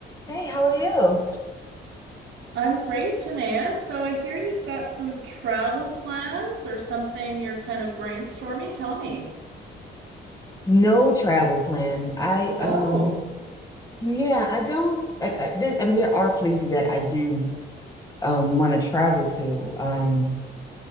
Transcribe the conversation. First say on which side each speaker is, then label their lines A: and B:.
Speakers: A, on the left; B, on the right.
A: Hey, how are you?
B: I'm great, Tanea. So I hear you've got some travel plans or something you're kind of brainstorming. Tell me.
A: No travel plans. I um
B: Oh,
A: yeah, I don't like I, there I mean there are places that I do um want to travel to. Um